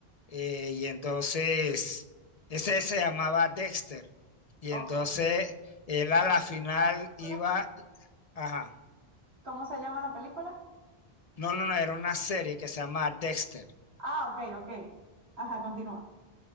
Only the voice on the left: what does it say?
eh, y entonces ese se llamaba Dexter. Y
entonces él a la
final
iba Ajá.
No, no, no, era una serie que se llama Dexter.